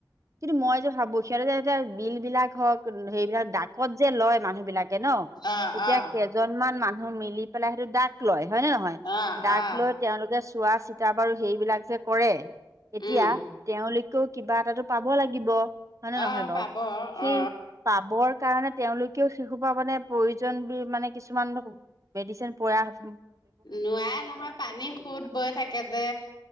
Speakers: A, on the right (about 45°); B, on the left (about 85°).
A: কিন্তু মই যে ভাবো সিহঁতে যে এতিয়া বিল বিলাক হওক সেইবিলাক ডাকত যে লয় মানুহ বিলাক থাকে ন
B: অ
A: এতিয়া
B: অ
A: কেইজনমান মানুহ মিলি পেলাই সেইটো দাগ লয়। হয় নে নহয়
B: অ
A: দাক
B: অ
A: লৈ তেওঁলোকে চোৱা চিতা বাৰু সেইবিলাক যে কৰে। তেতিয়া
B: উম
A: তেওঁলোকেও কিবা এটাটো পাব লাগিব। হয়নে
B: অ
A: নহয় বাওঁ!
B: পাব অ
A: সি চাবৰ কাৰণে তেওঁলোকেও সেই সোপা মানে প্ৰয়োজন মানে কিছুমান মেডিচিন প্ৰয়াস
B: নোৱাই নহয় পানী সোত বৈ থাকে যে।